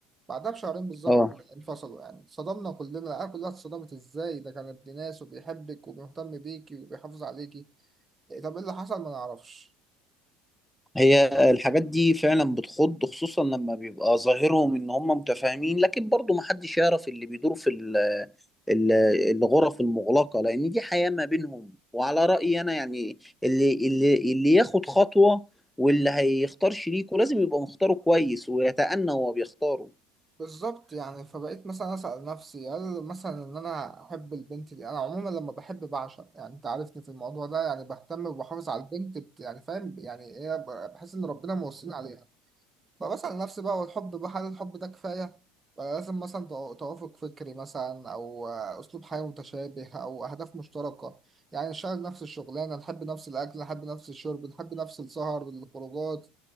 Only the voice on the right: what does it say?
بعدها بشهرين بالظبط
انفصلوا يعني صدمنا كلنا العيال كلها اتصدمت ازاي ده كان ابن ناس وبيحبك وبيهتم بيكي وبيحافظ عليكي إيه، طب ايه اللي حصل ما نعرفش
بالظبط يعني فبقيت مثلا أسأل نفسي هل مثلا إن أنا أحب البنت دي أنا عموما لما بحب بعشق يعني أنت عارفني في الموضوع ده يعني بهتم وبحافظ على البنت بت- يعني فاهم يعني إيه ب- بحس إن ربنا موصيني عليها فبسأل نفسي بقى هو الحب بقى هل الحب ده كفاية ولا لازم مثلا تو- توافق فكري مثلا أو آه، أسلوب حياة متشابه أو أهداف مشتركة يعني نشتغل نفس الشغلانة نحب نفس الأكل نحب نفس الشرب نحب نفس السهر الخروجات